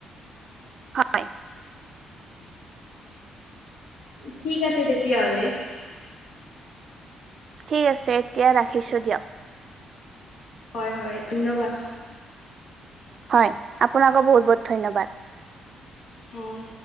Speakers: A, on the right; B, on the left.
A: হয়।
B: ঠিক আছে তেতিয়াহ'লে।
A: ঠিক আছে এতিয়া ৰাখিছোঁ দিয়ক।
B: হয় হয় ধন্যবাদ।
A: হয়। আপোনাকো বহুত বহুত ধন্যবাদ।
B: হয়।